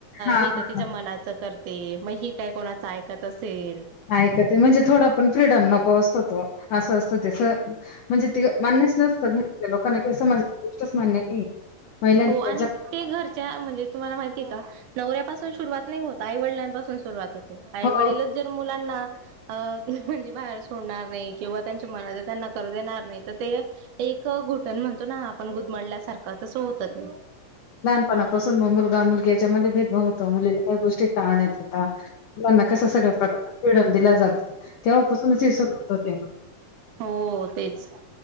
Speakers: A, on the left; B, on the right.
A: हा
B: ही तर तिच्या
A: हा
B: मनाचं करते मग ही काय कोणाचं ऐकत असेल.
A: ऐकते म्हणजे थोडा पण फ्रीडम नको असतो तो असं असतं ते म्हणजे ते मान्यच नसतं <unintelligible> लोकांना की <unintelligible> अस गोष्टच मान्य नाही. महिलांनी
B: हो आणि
A: त्यांच्या
B: ते घरच्या म्हणजे तुम्हाला माहिती का? नवऱ्यापासून सुरुवात नाही होत आईवडलांपासून सुरुवात होते आई
A: हो
B: वडील मुलांना अं म्हणजे बाहेर सोडणारं नाहीं किंवा त्यांच्या मनांत त्यांना करूं देणारं नाहीं तरं ते एक घुटणं म्हणतो नां आपणं गुदमडल्यांसारखं तसं होतं ते
A: लहांनपाणांसुन मंग मुलंगा मुलंगा मंग त्यांच्या मुळं भेदं भाव होतांत तीनं चार गोष्टी चहाडयां करतां मलां सगळं पिंड दिलां जातो तेव्हांपासूनचं हे सर्व होतं ते
B: हो तेचं